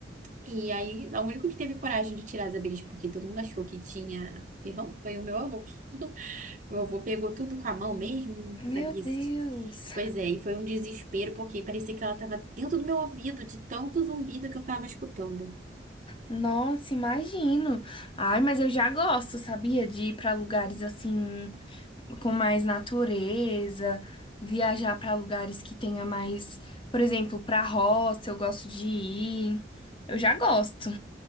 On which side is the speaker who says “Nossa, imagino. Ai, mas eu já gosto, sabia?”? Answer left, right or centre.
Left